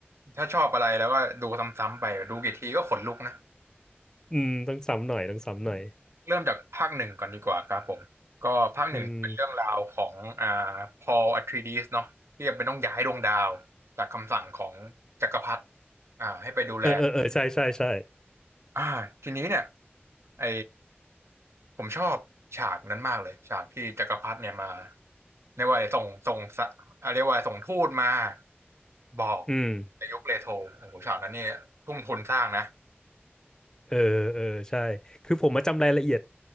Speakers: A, on the right; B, on the left.
A: ถ้าชอบอะไรแล้วก็ดูซ้ำๆไปดูกี่ทีก็ขนลุกนะ
B: อืมต้องซ้ำหน่อยต้องซ้ำหน่อย
A: เริ่มจากภาคหนึ่งก่อนดีกว่าครับผมก็ภาคหนึ่งเป็นเรื่องราวของอ่า
B: อืม
A: พอลอะทรีดิสเนาะที่จำเป็นต้องย้ายดวงดาวจากคำสั่งของจักรพรรดิอ่าให้ไปดูแล
B: เออเออเออใช่ใช่ใช่
A: อ่าทีนี้เนี่ยไอผมชอบฉากนั้นมากเลยฉากที่จักรพรรดิเนี่ยมาเรียกว่าส่งส่งสะอ่าเรียกว่าส่งทูตมาบอก
B: อืม
A: ในยุคเลโทโอ้โหฉากนั้นเนี่ยทุ่มทุนสร้างนะ
B: เออเออใช่คือผมมาจำรายละเอียด